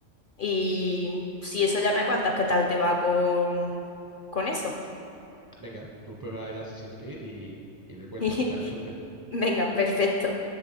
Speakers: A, on the left (about 60°); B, on the right (about 25°).
A: Y si eso ya me cuentas qué tal te va con, con eso.
B: Venga, tú prueba el Assassin's Creed y, y me cuentas
A: <laughs>
B: qué tal entonces.
A: Venga, perfecto.